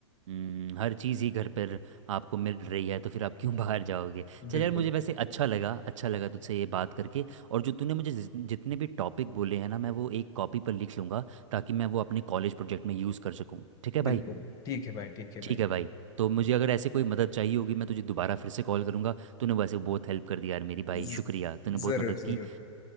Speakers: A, on the right; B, on the left.
A: हम्म, हर चीज़ ही घर पर आपको मिल रही है तो फिर आप क्यों बाहर जाओगे चल
B: बिल्कुल
A: यार मुझे वैसे अच्छा लगा अच्छा लगा तुझसे ये बात करके और जो तूने मुझे जिस- जितने भी टॉपिक बोले हैं ना मैं वो एक कॉपी पर लिख लूँगा ताकि मैं वो अपने कॉलेज प्रोजेक्ट में यूज़ कर सकूँ ठीक है
B: बिल्कुल
A: भाई
B: ठीक है भाई ठीक है
A: ठीक
B: भाई
A: है भाई तो मुझे अगर ऐसे कोई मदद चाहिए होगी मैं तुझे दोबारा फिर से कॉल करूँगा तूने वैसे बहुत हेल्प कर दी यार मेरी भाई
B: ज-
A: शुक्रिया तूने बहुत
B: जरूर
A: मदद
B: जरूर
A: की